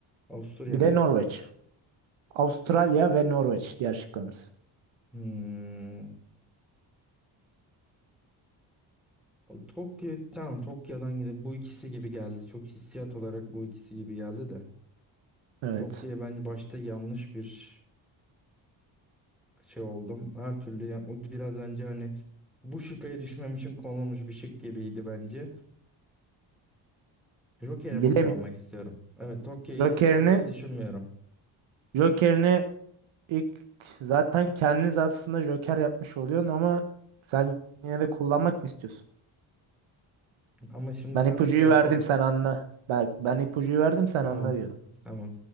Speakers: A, in the centre; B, on the right.
A: Avusturya
B: Bir
A: mı?
B: de Norveç. Avustralya ve Norveç diğer şıklarımız.
A: Hmm. O Tokyo tamam Tokyo'dan gidip bu ikisi gibi geldi. Çok hissiyat olarak bu ikisi gibi geldi de.
B: Evet.
A: Tokyo'ya bence başta yanlış bir şey oldum. Her türlü ya, o biraz önce hani bu şüpheye düşmem için konulmuş bir şık gibiydi bence. Joker'imi
B: Bilemiyorum.
A: kullanmak istiyorum. Evet Tokyo'yu
B: Joker'ini
A: Tokyo'yu düşünmüyorum.
B: Joker'ini ilk zaten kendiniz aslında Joker yapmış oluyorsun ama sen yine de kullanmak mı istiyorsun?
A: Ama şimdi
B: Ben
A: sen
B: ipucuyu
A: de bir daha
B: verdim
A: Tok...
B: sen anla. Bak ben ipucuyu verdim sen
A: Tamam.
B: anla diyorum.
A: Tamam.